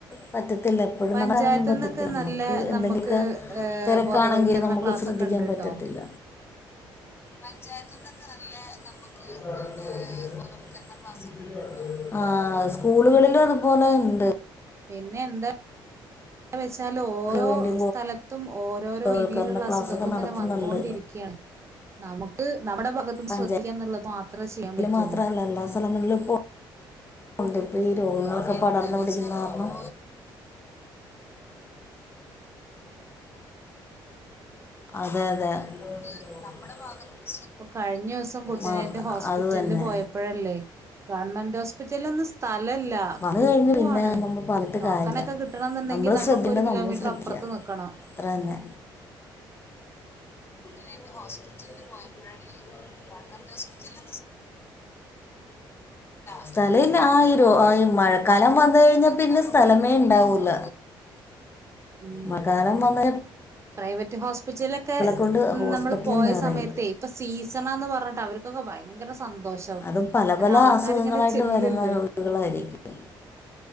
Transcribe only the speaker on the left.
പറ്റ പറ്റത്തില്ല എപ്പോഴും
നടക്കാനൊന്നും പറ്റത്തില്ല
നമുക്ക് എന്തെങ്കിലുമൊക്കെ
തിരക്കാണെങ്കിൽ
നമുക്ക്
ശ്രദ്ധിക്കാൻ
പറ്റ
പറ്റത്തില്ല പഞ്ചായത്ത്ന്നൊക്കെ നല്ല നമ്മുക്ക് ഏഹ് <inaudible> <inaudible> ആ സ്കൂളുകളിലും അതുപോലെ ഇണ്ട്
വേണ്ടി
ബോധവൽക്കരണ
ക്ലാസ്സൊക്കെ
നടത്തുന്നുണ്ട്
പഞ്ചായത്തിൽ
മാത്രമല്ല എല്ലാ <unintelligible> <inaudible> അപ്പൊ ഈ രോഗങ്ങളൊക്കെ പടർന്ന് പിടിച്ചെന്ന്റണം അതെ അതെ <inaudible>
മാ
അത് തന്നെ
വന്ന്
കഴിഞ്ഞ് പിന്നെ
നമ്മൾ പറഞ്ഞിട്ട്
കാര്യല്ല
നമ്മള്
ശ്രദ്ധിക്കേണ്ടത്
നമ്മൾ ശ്രദ്ധിക്കുക
അത്ര തന്നെ
<inaudible> ഹോസ്പിറ്റല പോയപ്പോഴല്ലേ ഗവൺമെന്റ് ഹോസ്പിറ്റല <unintelligible>
സ്ഥലല്ല ആയിരോ ആ മഴക്കാലം വന്ന കഴിഞ്ഞാൽ പിന്നെ സ്ഥലമേ ഇണ്ടാവൂല
മക്കാലം വന്ന
കൊണ്ട് ഹോസ്പിറ്റലിൽ
നിറയും
അതും പല
പല
അസുഖങ്ങളായിട്ട്
വരുന്ന രോഗികളായിരിക്കും